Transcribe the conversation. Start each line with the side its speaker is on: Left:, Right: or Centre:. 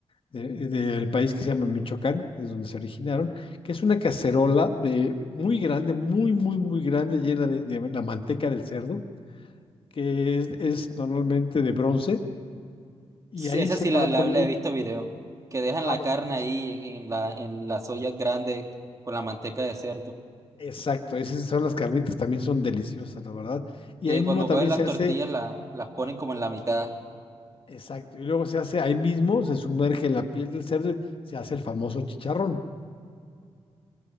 Left: de- del país que se llama Michoacán, es donde se originaron, que es una cacerola de muy grande, muy, muy, muy grande, llena de, de la manteca del cerdo, que es, es normalmente de bronce, y
Right: Sí,
Left: ahí
Right: Esa
Left: se
Right: sí
Left: van
Right: la, la-
Left: poniendo,
Right: la he visto video. Que dejan
Left: ah,
Right: la
Left: bueno,
Right: carne
Left: es-
Right: ahí en, en la, en las ollas grandes con la manteca de cerdo.
Left: exacto, esas son las carnitas, también son deliciosas, la verdad, y
Right: Y
Left: ahí
Right: que
Left: mismo
Right: cuando
Left: también
Right: cogen las
Left: se hace,
Right: tortillas la- las ponen como en la mitad.
Left: exacto, y luego se hace, ahí mismo se sumerge la piel del cerdo, y se hace el famoso chicharrón,